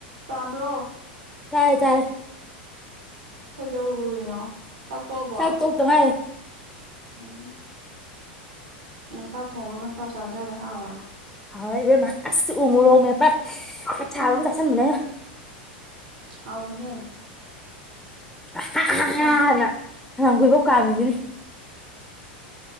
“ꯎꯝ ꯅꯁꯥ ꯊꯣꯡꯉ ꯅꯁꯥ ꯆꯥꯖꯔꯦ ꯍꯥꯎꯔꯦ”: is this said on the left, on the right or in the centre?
Right